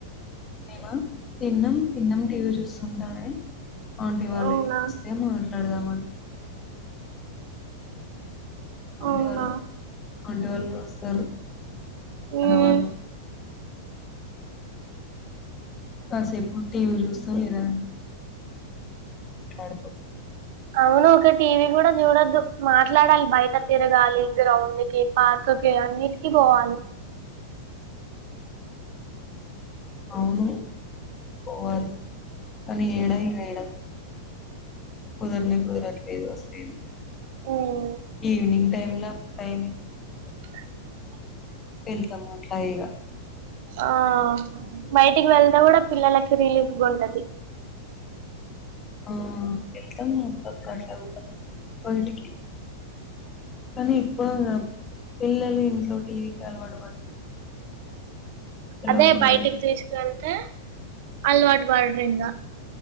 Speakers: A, on the left; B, on the right.
A: నేనా తిన్న తిన్నం టీవీ చూస్తుంటానే ఆన్టీ వాళ్ళగినొస్తే
B: అవునా
A: నడదమ అంటీ
B: అవునా
A: వాళ్ళు ఆంటి వాళ్ళు వస్తారు
B: మ్మ్
A: కన వాళ్ళ కాసేపు టీవీ జూస్తాం లేద మాట్లాడకు
B: అవును ఒక టీవీ గూడా చూడొద్దు మాట్లాడాలి బయట తిరగాలి గ్రౌండ్ కి పార్క్కిి అన్నిటికి పోవాలి
A: అవును పోవాలి కానీ ఏడా ఇగఏడా కుదరనే కుదరట్లేదు వస్తులేది
B: మ్మ్
A: ఈవినింగ్ టైమ్ లో సై
B: అ
A: వెళ్తాము అట్లాయిగా
B: ఆ బయటికి వెళ్తేగుడా పిల్లలకి రిలీఫ్గా ఉంటది
A: ఆ వెళ్తాము అప్పుడప్పుడు అట్లా బయటికి కానీ ఎప్పుడు పిల్లలు ఇంట్లో టీవీకి అలవాటు పడ్డారు తెలియకుండా
B: అదే బయటికి
A: అయిపోయి
B: తీసుక వెళ్తే అలవాటు పడరు ఇంకా